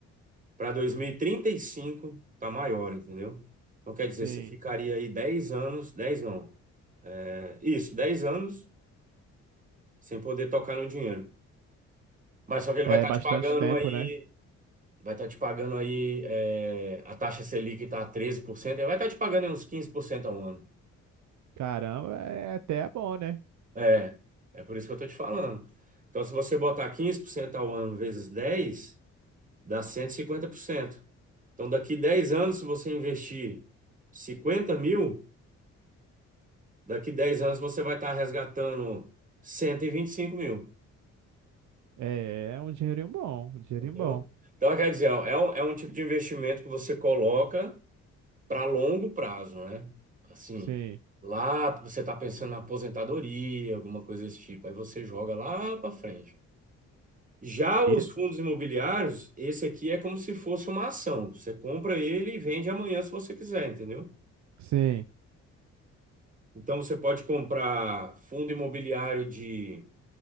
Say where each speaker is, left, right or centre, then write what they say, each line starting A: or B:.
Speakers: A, on the right; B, on the right.
A: para 2035 tá maior, entendeu? Então quer dizer,
B: Sim.
A: você ficaria aí 10 anos, 10 não, é, isso, dez anos sem poder tocar no dinheiro. Mas só que ele
B: É
A: vai estar
B: bastante
A: te pagando
B: tempo,
A: aí,
B: né?
A: vai estar te pagando aí é, a taxa Selic está a 13%, ele vai estar te pagando aí uns 15% ao ano.
B: Caramba, é é até bom, né?
A: É, é por isso que eu tô te falando. Então, se você botar 15% ao ano vezes 10, dá 150%. Então, daqui 10 anos, se você investir 50 mil, daqui 10 anos você vai estar resgatando cento e e vinte e cinco mil,
B: É, é um dinheirinho bom, um dinheirinho
A: entendeu?
B: bom.
A: Então, quer dizer, ó, é um, é um tipo de investimento que você coloca para longo prazo, né? Assim,
B: Sim.
A: lá você está pensando na aposentadoria, alguma coisa desse tipo, aí você joga lá para frente. Já os
B: E,
A: fundos imobiliários, esse aqui é como se fosse uma ação. Você compra ele e vende amanhã se você quiser, entendeu?
B: sim.
A: Então você pode comprar fundo imobiliário de,